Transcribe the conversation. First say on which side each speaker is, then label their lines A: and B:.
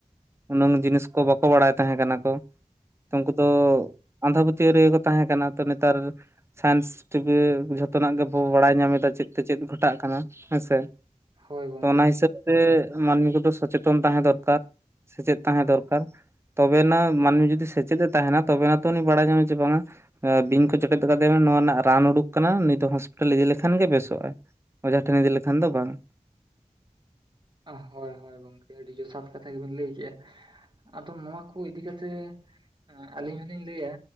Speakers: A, on the right (about 20°); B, on the right (about 35°).
A: ᱩᱱᱟᱹᱝ ᱡᱤᱱᱤᱥ ᱠᱚ ᱵᱟᱠᱚ ᱵᱟᱲᱟᱭ ᱛᱟᱦᱮᱸ ᱠᱟᱱᱟ ᱠᱚ, ᱩᱝᱠᱩ ᱫᱚ ᱟᱸᱫᱷᱟ ᱯᱟᱹᱛᱭᱟᱹᱣ ᱨᱮᱜᱮ ᱠᱚ ᱛᱟᱦᱮᱸ ᱠᱟᱱᱟ ᱛᱚ ᱱᱮᱛᱟᱨ ᱥᱟᱭᱮᱱᱥ ᱴᱤᱵᱷᱤ ᱡᱷᱚᱛᱚᱱᱟᱜ ᱜᱮᱵᱚ ᱵᱟᱲᱟᱭ ᱧᱟᱢ ᱮᱫᱟ ᱪᱮᱫ ᱛᱮ ᱪᱮᱫ ᱜᱷᱚᱴᱟᱜ ᱠᱟᱱᱟ ᱦᱮᱸ ᱥᱮ᱾
B: ᱦᱳᱭ ᱜᱚᱝᱠᱮ
A: ᱛᱚ ᱚᱱᱟ ᱦᱤᱥᱟᱹᱵᱽ ᱛᱮ ᱢᱟᱹᱱᱢᱤ ᱠᱚᱫᱚ ᱥᱚᱪᱮᱛᱚᱱ ᱛᱟᱦᱮᱸ ᱫᱚᱨᱠᱟᱨ᱾ ᱥᱮᱪᱮᱫ ᱛᱟᱦᱮᱸ ᱫᱚᱨᱠᱟᱨ, ᱛᱚᱵᱮᱱᱟᱜ ᱢᱟᱹᱱᱢᱤ ᱡᱩᱫᱤ ᱥᱮᱪᱮᱫ ᱮ ᱛᱟᱸᱦᱮᱱᱟ, ᱛᱚᱵᱮᱱᱟ ᱛᱚ ᱩᱱᱤ ᱵᱟᱲᱟᱭ ᱧᱟᱢᱟ ᱡᱮ ᱵᱟᱝᱟ ᱵᱤᱧ ᱠᱚ ᱡᱚᱴᱮᱫ ᱠᱟᱫᱮᱭᱟ ᱱᱚᱣᱟ ᱨᱮᱱᱟᱜ ᱨᱟᱱ ᱩᱰᱩᱠ ᱠᱟᱱᱟ, ᱱᱩᱭ ᱫᱚ ᱦᱚᱸᱥᱯᱤᱴᱟᱞ ᱤᱫᱤ ᱞᱮᱠᱷᱟᱱ ᱜᱮ ᱵᱮᱥᱚᱜ-ᱟ᱾ ᱚᱡᱷᱟ ᱴᱷᱮᱱ ᱤᱫᱤ ᱞᱮᱠᱷᱟᱱ ᱫᱚ ᱵᱟᱝ᱾
B: ᱦᱳᱭ ᱦᱳᱭ ᱜᱚᱝᱠᱮ, ᱟᱹᱰᱤ ᱡᱚᱥᱷᱟᱛ ᱠᱟᱛᱷᱟ ᱜᱮᱵᱤᱱ ᱞᱟᱹᱭ ᱠᱮᱜ-ᱟ᱾ ᱟᱫᱚ ᱱᱚᱣᱟ ᱠᱚ ᱤᱫᱤ ᱠᱟᱛᱮᱜ ᱟᱹᱞᱤᱧ ᱦᱚᱞᱤᱧ ᱞᱟᱹᱭᱟ᱾